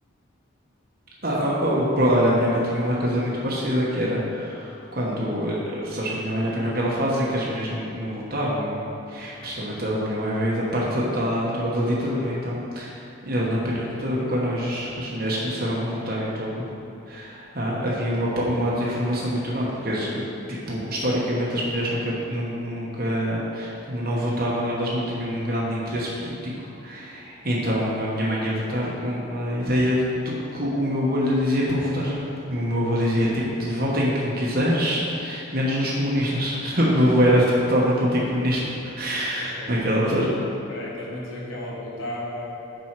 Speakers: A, on the right (about 45°); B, on the left (about 80°).
A: Ah, ah, oh, pô, olha, a minha mãe tinha uma coisa muito parecida que era quando, eh, sabes que a minha mãe apanhou aquela fase em que as mulheres não, não votavam Principalmente a minha mãe veio da parte da altura da ditadura, então ainda não apanhou a ditadura. Quando as, as mulheres começaram a votar e tudo, ah, havia uma, pa- uma desinformação muito grande, porque as- tipo, historicamente as mulheres nunca, nun- nunca, como não votavam, elas não tinham um grande interesse político. Então a minha mãe ia votar com a ideia do que o meu avô lhe dizia para votar. Como O meu avô dizia, tipo, votem em quem quiseres, menos nos comunistas. <laughs> O meu avô era totalmente anticomunista
B: Ok,
A: naquela
B: mas
A: altura.
B: isto, peraí, estás-me a dizer que ela votava,